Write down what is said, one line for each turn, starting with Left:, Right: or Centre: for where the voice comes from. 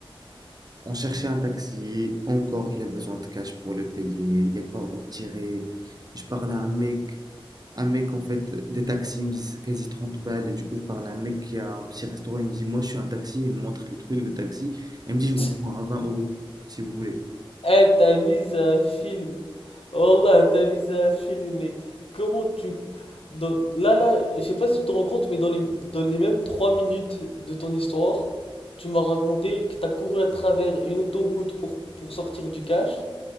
Right: On cherchait un taxi, encore il a besoin de cash pour le payer, il n'y a pas où tirer. Je parle à un mec, un mec en fait, des taxis, il me dit quasi 30 balles, et du coup je parle à un mec qui a un petit restaurant, il me dit moi je suis un taxi, il me montre le truc, le taxi, et il me dit je vous
Left: <laughs>
Right: prends à 20 euros si vous voulez.
Left: Eh, ta vie, c'est un film. Oh là, ta vie, c'est un film, mec. Comment tu... dans- Là, là, je sais pas si tu te rends compte, mais dans les, dans les mêmes trois minutes de ton histoire, tu m'as raconté que t'as couru à travers une autoroute pour, pour sortir du cash,